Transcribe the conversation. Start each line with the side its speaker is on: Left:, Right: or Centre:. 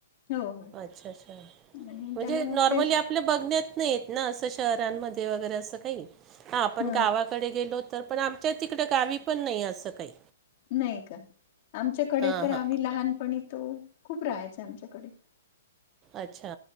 Left: हो हो
Right: अच्छा अच्छा
Left: आणि
Right: म्हणजे
Left: त्याला मग
Right: नॉर्मली
Left: ते
Right: आप आपल्या बघण्यात नाही येत ना असं शहरांमध्ये वगैरे असं काही हा आपण
Left: ह
Right: गावाकडे गेलो तर पण आमच्या तिकडं गावी पण नाही असं काही
Left: नाही का आमच्याकडे
Right: हां
Left: तर
Right: हां
Left: आम्ही लहानपणी तो खूप राहायचा आमच्याकडे
Right: अच्छा